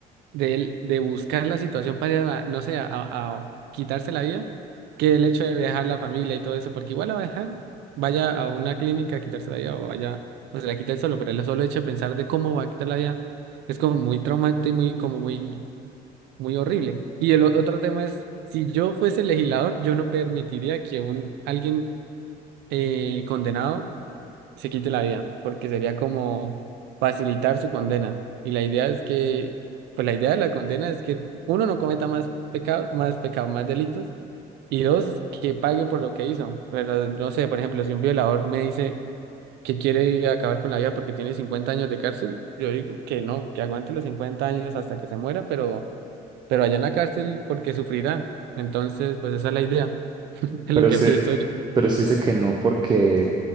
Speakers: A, on the right; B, on the right.
A: de él, de buscar la situación para, ir a la- no sé, a, a quitarse la vida, que el hecho de dejar la familia y todo eso, porque igual la va a dejar, vaya a una clínica a quitarse la vida o vaya, o se la quita él solo, pero el solo hecho de pensar de cómo va a quitar la vida es como muy traumante y muy, como muy, muy horrible. Y el o- otro tema es, si yo fuese legislador, yo no permitiría que un, alguien eh, condenado se quite la vida, porque sería como facilitar su condena. Y la idea es que, pues la idea de la condena es que uno no cometa más pecados, más pecados, más delitos, y dos, que pague por lo que hizo. Pero no sé, por ejemplo, si un violador me dice que quiere acabar con la vida porque tiene 50 años de cárcel, yo digo que no, que aguante los 50 años hasta que se muera, pero, pero allá en la cárcel porque sufrirá. Entonces, pues esa es la idea, <laughs> es
B: pero
A: lo que
B: usted,
A: pienso
B: pero usted dice que no porque,